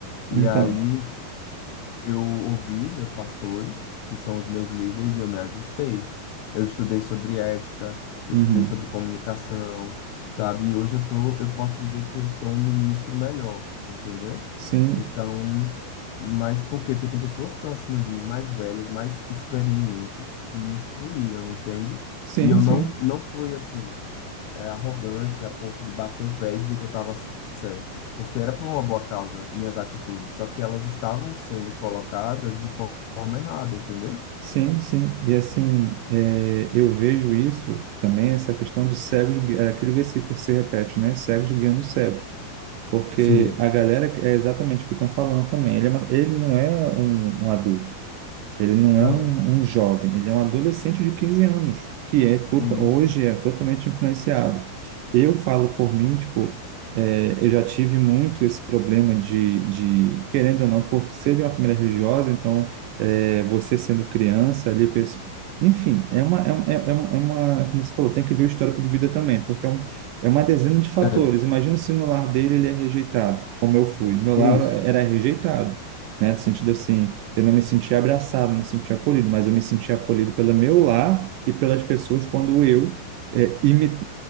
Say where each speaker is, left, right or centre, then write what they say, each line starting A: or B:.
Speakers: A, on the right; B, on the left.
A: Então,
B: E aí eu ouvi meus pastores, que são os meus líderes, e eu me ajustei. Eu estudei sobre ética, eu
A: uhum.
B: estudei sobre comunicação, sabe? E hoje eu tô, eu posso dizer que eu sou um ministro melhor, entendeu?
A: Sim,
B: Então, mas por quê? Porque tem pessoas que estão acima de mim, mais velhas, mais experientes, que me instruíram, entende?
A: sim,
B: E eu
A: sim,
B: não, não fui assim é, arrogante a ponto de bater o pé e dizer que eu estava certo, porque era por uma boa causa minhas atitudes, só que elas estavam sendo colocadas de fo- forma errada, entendeu?
A: sim, sim, e assim, é, eu vejo isso também, essa questão de cegos, gui- é, aquele versículo que se repete, né, cegos guiando os cegos, porque
B: Sim,
A: a galera, é exatamente o que estão falando também, ele, é uma- ele não é um, um adulto, Ele não
B: não,
A: é um, um jovem, ele é um adolescente de 15 anos, que é tota-
B: isso,
A: hoje é totalmente influenciado. Eu falo por mim, tipo, é, eu já tive muito esse problema de, de, querendo ou não, por ser de uma família religiosa, então, é, você sendo criança ali, pes- enfim, é uma, é, uma- é uma, é uma- como você falou, tem que ver o histórico de vida também, porque é, um, é uma dezena de fatores.
B: é,
A: Imagina se no lar dele ele é rejeitado, como eu fui. Meu lar
B: isso,
A: era rejeitado, né? No sentido assim eu não me sentia abraçado, não me sentia acolhido, mas eu me sentia acolhido pelo meu lar e pelas pessoas quando eu é, imi-